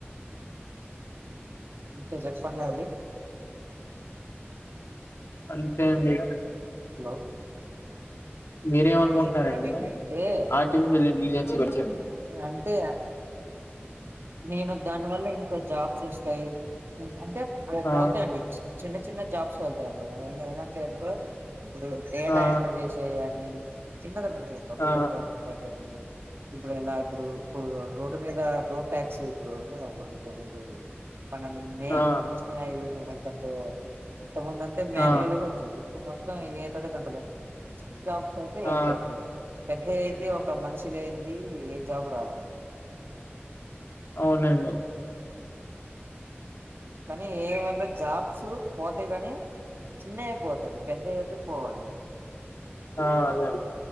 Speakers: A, on the right (about 60°); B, on the left (about 75°).
A: ఇంకా చెప్పండండి
B: అంతే అండి
A: హలో
B: మీరేమనుకుంటున్నారండి
A: అంటే
B: మరి ఆర్టిఫిషియల్ ఇంటెలిజెన్స్ గురించి
A: అంటే నేను దాని వల్ల ఇంకో జాబ్ వస్తాయి అంటే పో
B: ఆ
A: పోతయండి చిన్న చిన్న జాబ్స్ వె తయండి <unintelligible> ఇప్పుడు డేటా
B: ఆ
A: ఎంట్రీ చేసేయి యన్ని చిన్నది ఉంటది కదండీ ఒక
B: ఆ
A: టెన్ థౌజండ్ ఫైవ్ థౌజండు ఇప్పుడు ఎలా ఇప్పుడు ఇప్పుడు ఇపు రోడ్డు మీద రోడ్ ట్యాక్స్ ఇప్పుడు ఉండదండి ఇద్దరిద్దరూ. మనము నే
B: ఆ
A: నేషనల్ హైవే గంటకు ఇంతకుముందుఅంటే మ్యాన్యువల్గు.
B: ఆ
A: చెరుకు మొత్తం ఏతోనే గంటలే జాబ్స్ అయితే వెళ్తయండి.
B: ఆ
A: పెద్ద అయితే ఒక మనిషిలేంది ఏ జాబు రాదండి.
B: అవునండి.
A: కనీ ఏ వన్న జాబ్స్ పోతయి గని. చిన్నయెపోతయండి పెద్దఅయితే పోవండి.
B: ఆ అదే అండి.